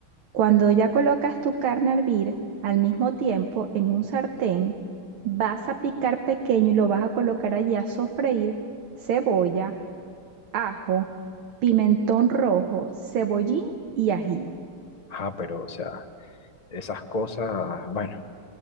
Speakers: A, on the right; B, on the left.
A: cuando ya colocas tu carne a hervir, al mismo tiempo en un sartén, vas a picar pequeño y lo vas a colocar allí a sofreír cebolla, ajo, pimentón rojo, cebollín y ají.
B: Ajá, pero, o sea, esas cosas, bueno,